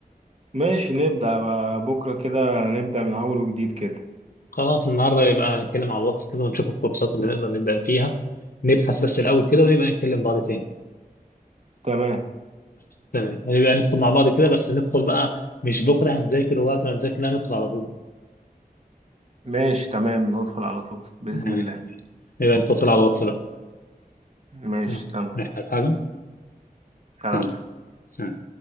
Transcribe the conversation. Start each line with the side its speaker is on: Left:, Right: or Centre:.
Right: ماشي نبدأ بقى بكرة كده نبدأ من اول وجديد كده
Left: خلاص النهاردة يبقى نتكلم على الواتس كده ونشوف الكورسات اللي نقدر نبدأ فيها نبحث بس الأول كده ونبقى نتكلم بعض تاني
Right: تمام
Left: تمام يعني نبقى ندخل مع بعض كده بس ندخل بقى مش بكرة هنذاكر وقت هنذاكر لا ندخل على طول
Right: ماشي تمام ندخل على طول بإذن
Left: يعني
Right: الله
Left: نبقى نتصل على الواتس بقى
Right: ماشي
Left: يلا،
Right: تمام
Left: محتاج حاجة
Right: سلام
Left: سلام سلام